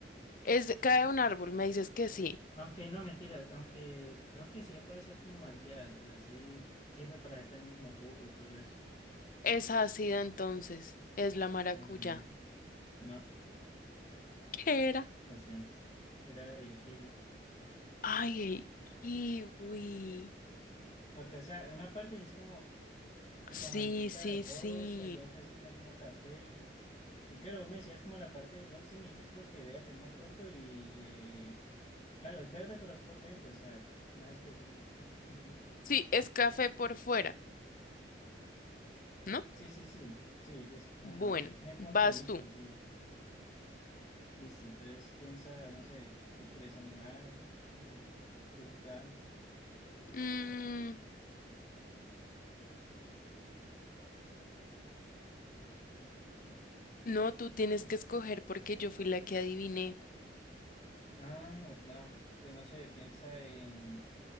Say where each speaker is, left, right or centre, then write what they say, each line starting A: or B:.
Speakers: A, on the left; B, on the left.
A: Es, de- cae un árbol, me dices que sí.
B: Aunque no, mentira, aunque creo que sí se puede hacer como malteada, o sea, sí sirve para hacer también como jugo y todo eso.
A: Es ácida entonces, es la maracuyá.
B: Ujú. No,
A: ¿Qué era?
B: lo siento, era el kiwi.
A: Ay, el kiwi.
B: Porque, o sea, una parte sí es como tipo
A: Sí,
B: amarillita,
A: sí,
B: verdosa,
A: sí.
B: y ya después se pone como café. Y claro, vos me decías como la parte, vos sí me dices creo que verde, no me acuerdo, y eh, claro, es verde, pero es por dentro, o sea, más específica. <laughs>
A: Sí, es café por fuera, ¿no?
B: Sí, sí, sí, sí, es, ajá,
A: Bueno,
B: tiene
A: vas
B: como pelitos,
A: tú.
B: sí. Listo, entonces piensa, no sé, ¿qué quieres? Animal, eh, fruta.
A: Mm, no, tú tienes
B: ¿qué-
A: que escoger porque yo fui la que adiviné.
B: Ah, verdad. Pues no sé, piensa en